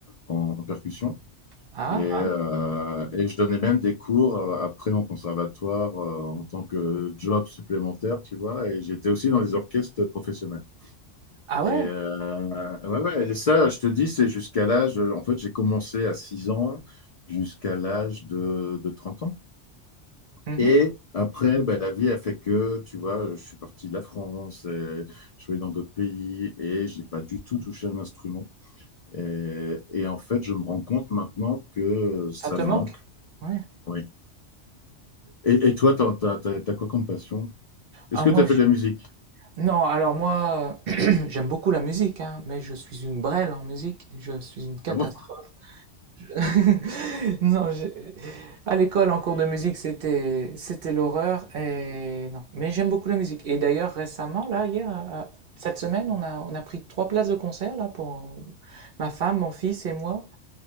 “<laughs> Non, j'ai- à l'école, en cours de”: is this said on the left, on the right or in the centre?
Right